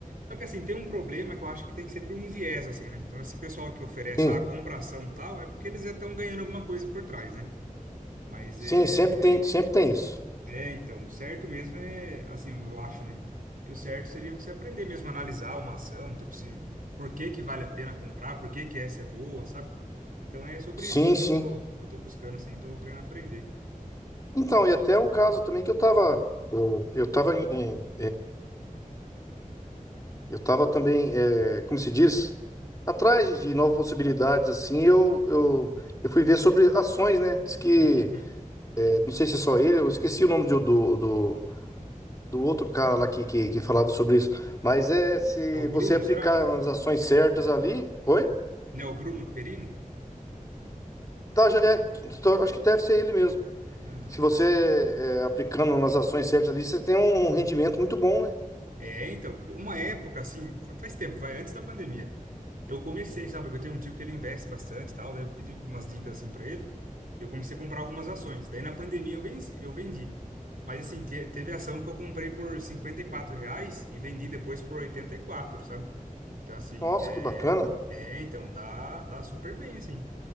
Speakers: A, on the right; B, on the left.
A: Só que, assim, tem um problema que eu acho que tem sempre um viés, assim, né? Então, esse pessoal que oferece,
B: Sim.
A: ah, compra ação tal, é porque eles já estão ganhando alguma coisa por trás, né? Mas
B: Sim,
A: é.
B: sempre tem, sempre tem isso.
A: É, então, o certo mesmo é, assim, eu acho, né? Que o certo seria você aprender mesmo a analisar uma ação, tipo se por que que vale a pena comprar, por que que essa é boa, sabe? Então é sobre
B: Sim,
A: isso sim que
B: sim.
A: eu tô, que eu tô buscando assim, tô querendo aprender.
B: Então, e até um caso também que eu tava, eu, eu tava em, Eu estava também, eh, como se diz, atrás de de novas possibilidades, assim, eu, eu, eu fui ver sobre ações, né? Diz que,
A: Uhum.
B: eh, não sei se é só ele, eu esqueci o nome de- do, do, do outro cara lá que, que, que falava sobre isso, mas é se
A: É o Bruno,
B: você aplicar
A: será?
B: as ações certas ali, oi?
A: Não é o Bruno Perini?
B: Tá, já é, estou- acho que deve ser ele mesmo.
A: Aham.
B: Se você, eh, aplicando nas ações certas ali, você tem um rendimento muito bom, né?
A: É, então, uma época assim, fa- faz tempo, vai antes da pandemia. Eu comecei, sabe? Porque eu tenho um tio que ele investe bastante e tal. Daí eu pedi umas dicas assim pra ele. E eu comecei a comprar algumas ações. Daí na pandemia eu venci, eu vendi. Mas assim, te- teve ação que eu comprei por R$ 54 reais e vendi depois por 84, sabe? Então assim,
B: Nossa,
A: é,
B: que bacana.
A: é então dá, dá super bem assim.